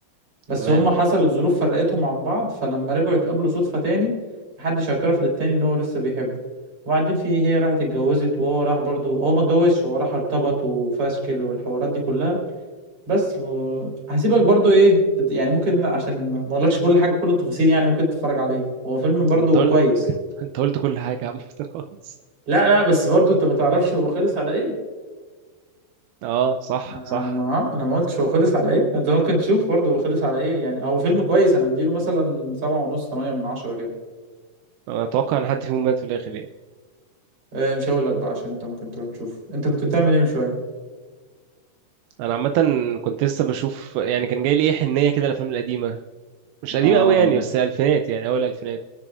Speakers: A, on the right; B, on the right.
A: بس
B: تمام
A: هم حصلت ظروف فرقتهم عن بعض فلما رجعوا يتقابلوا صدفة تاني محدش اعترف للتاني ان هو لسه بيحبه وبعدين في هي راحت اتجوزت وهو راح برضو هو ما اتجوزش هو راح ارتبط وفاشكل والحوارات دي كلها بس و... هسيبك برضو ايه تت- يعني ممكن عشان ما ما اقولكش كل حاجه كل التفاصيل يعني ممكن تتفرج عليه هو فيلم برضو
B: طب ما أنت قلت
A: كويس
B: أنت قلت كل حاجة يا عم <laughs> خلاص
A: لا لا بس برضو انت ما تعرفش هو خلص على ايه
B: اه صح
A: انا
B: صح
A: انا ما انا ما قلتش هو خلص على ايه انت ممكن تشوف برضو هو خلص على ايه يعني هو فيلم كويس انا اديله مثلا سبعة ونص تمانية من عشرة كده
B: انا اتوقع ان حد فيهم مات في الاخر يعني
A: أه مش هقول لك بقى عشان انت ممكن تروح تشوف انت كنت بتعمل ايه من شويه
B: انا عامه كنت لسه بشوف يعني كان جاي لي ايه حنيه كده الافلام القديمه مش قديمه
A: اه
B: قوي يعني بس الالفينات يعني اول الالفينات